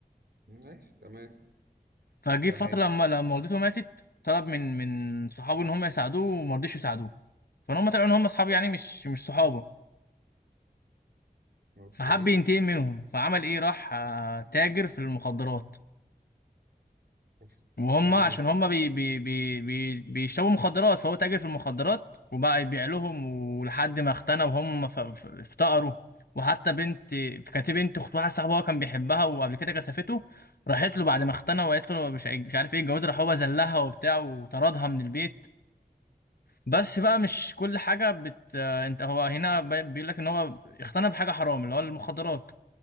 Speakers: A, on the right; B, on the left.
A: ماشي تمام
B: فجه
A: تمام
B: فترة لما لما والدته ماتت طلب من من صحابه ان هم يساعدوه وما رضيش يساعدوه فان هم طلعوا ان هم اصحاب يعني مش مش صحابه
A: اوكي
B: فحب ينتقم منهم فعمل ايه راح آه، تاجر في المخدرات
A: أوف.
B: وهم
A: تمام
B: عشان هم بي بي بي بي بيشربوا مخدرات فهو تاجر في المخدرات وبقى يبيع لهم ولحد ما اختنى وهم ف- ف- افتقروا وحتى بنت كانت بنت اخت واحد صاحبه هو كان بيحبها وقبل كده كسفته راحت له بعد ما اختنى وقالت له مش هيج- مش عارف ايه الجواز راح هو ذلها وبتاع وطردها من البيت بس بقى مش كل حاجة بت آه، انت هو هنا ب- بيقول لك ان هو اقتنى بحاجة حرام اللي هو المخدرات